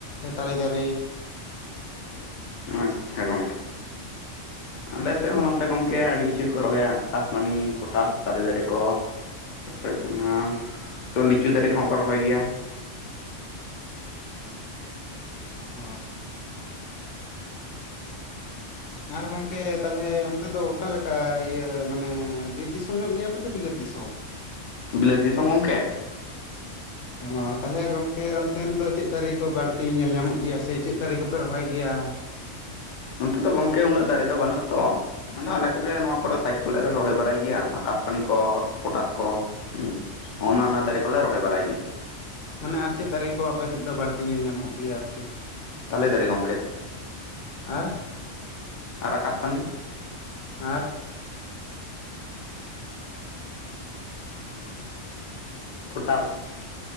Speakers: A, on the left; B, on the left.
A: ᱛᱟᱞᱤ ᱫᱟᱨᱮ ᱾
B: ᱟᱪᱪᱷᱟ ᱜᱚᱝᱠᱮ, ᱟᱞᱮ ᱥᱮᱫ
A: ᱚ
B: ᱦᱚᱸ ᱱᱚᱛᱮ ᱜᱚᱝ ᱜᱚᱢᱠᱮ ᱟᱹᱰᱤ ᱠᱤᱪᱷᱩ ᱠᱚ ᱨᱚᱦᱚᱭᱟ ᱟᱠᱟᱥᱯᱟᱱᱤ, ᱯᱚᱴᱟᱥ, ᱛᱟᱞᱮ ᱫᱟᱨᱮ ᱠᱚ ᱾ ᱛᱟᱯᱚᱨᱮ ᱦᱩᱭᱩᱜ ᱠᱟᱱᱟ ᱛᱚ ᱞᱤᱪᱩ ᱫᱟᱨᱮ ᱠᱚᱦᱚᱸ ᱠᱚ ᱨᱚᱦᱚᱭ ᱜᱮᱭᱟ ᱾
A: ᱚ ᱾ ᱟᱨ ᱜᱚᱝᱠᱮ ᱛᱟᱦᱚᱞᱮ ᱚᱱᱛᱮ ᱫᱚ ᱚᱠᱟᱞᱮᱠᱟ ᱤᱭᱟᱹ ᱢᱟᱱᱮ ᱵᱤᱨ ᱫᱤᱥᱚᱢ ᱧᱚᱜ ᱜᱮᱭᱟ ᱯᱮ ᱥᱮ ᱵᱤᱞᱟᱹᱛ ᱫᱤᱥᱚᱢ?
B: ᱵᱤᱞᱟᱹᱛ ᱫᱤᱥᱚᱢ ᱜᱚᱢᱠᱮ ᱾
A: ᱚ ᱛᱟᱦᱚᱞᱮ ᱜᱚᱝᱠᱮ ᱚᱱᱛᱮᱱ ᱫᱚ ᱪᱮᱫ ᱫᱟᱨᱮ ᱠᱚ ᱵᱟᱹᱲᱛᱤ ᱧᱮᱞ ᱧᱟᱢᱚᱜ ᱜᱮᱭᱟ ᱥᱮ ᱪᱮᱫ ᱫᱟᱨᱮ ᱠᱚᱯᱮ ᱨᱚᱦᱚᱭ ᱜᱮᱭᱟ?
B: ᱱᱚᱛᱮ ᱫᱚ ᱜᱚᱝᱠᱮ ᱩᱱᱟᱹᱜ ᱫᱟᱨᱮ ᱫᱚ ᱵᱟᱹᱱᱩᱜ-ᱟ ᱛᱚ ᱾ ᱟᱫᱚ ᱟᱞᱮ ᱠᱚᱜᱮ ᱱᱚᱣᱟ ᱠᱚᱨᱮ ᱥᱟᱭᱤᱴ ᱠᱚᱨᱮ ᱞᱮ ᱨᱚᱦᱚᱭ ᱵᱟᱲᱟᱭ ᱜᱮᱭᱟ ᱟᱠᱟᱥᱯᱟᱱᱤ ᱠᱚ, ᱯᱚᱴᱟᱥ ᱠᱚ, ᱦᱩᱸ ᱚᱱ-ᱚᱱᱟ ᱫᱟᱨᱮ ᱠᱚᱞᱮ ᱨᱚᱦᱚᱭ ᱵᱟᱲᱟᱭ ᱜᱮᱭᱟ ᱾
A: ᱢᱟᱱᱮ ᱟᱨ ᱪᱮᱫ ᱫᱟᱨᱮ ᱠᱚ ᱟᱯᱮ ᱥᱮᱫ ᱫᱚ ᱵᱟᱹᱲᱛᱤ ᱧᱮᱞ ᱧᱟᱢᱚᱜ ᱜᱮᱭᱟ ᱟᱨᱠᱤ?
B: ᱛᱟᱞᱮ ᱫᱟᱨᱮ ᱜᱚᱝᱠᱮ,
A: ᱟᱨ
B: ᱟᱨ ᱟᱠᱟᱥᱯᱟᱱᱤ ᱾
A: ᱟᱨ
B: ᱯᱚᱴᱟᱥ ᱾